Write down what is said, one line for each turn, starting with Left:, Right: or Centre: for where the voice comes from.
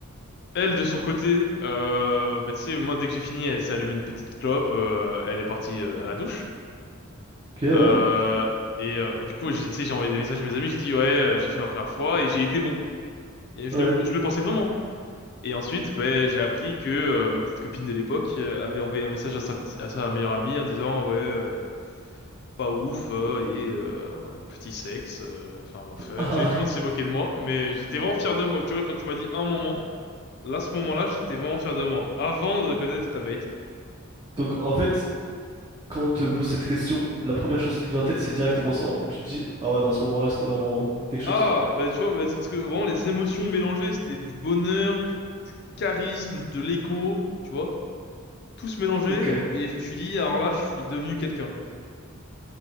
Left: Elle de son côté, euh, bah, tu sais, moi dès que j'ai fini, elle s'est allumée une petite clope, euh, elle est partie euh, à la douche.
Right: Ok, ouais,
Left: Euh, et, euh, et du coup, j'ai, tu sais, j'ai envoyé des messages à mes amis, je dis ouais, euh, j'ai fait ma première fois et j'ai été bon. Et je
Right: ouais.
Left: le,
Right: <laughs>
Left: je le pensais vraiment. Et ensuite, ben, j'ai appris que euh, ma petite copine de l'époque euh, avait envoyé un message à sa, p'ti- à sa meilleure amie en disant ouais, euh, pas ouf euh, et euh, un petit sexe. euh, Enfin bref, euh,
Right: Ah,
Left: tu vois, tout le monde s'est moqué de moi, mais j'étais vraiment fier de moi. Tu vois, quand tu m'as dit un moment, là, ce moment-là, j'étais vraiment fier de moi avant de connaître ta vérité.
Right: donc en fait. quand on te pose cette question, la première chose qui te vient en tête, c'est directement ça, en fait. Tu te dis, ah ouais, dans ce moment-là, c'était vraiment quelque chose.
Left: Ah, bah tu vois, bah, c'est parce que vraiment les émotions mélangées, c'était du bonheur, du, du charisme, de l'ego, tu vois, tout se mélangeait
Right: Ok.
Left: et je me suis dit, alors là, je suis devenu quelqu'un.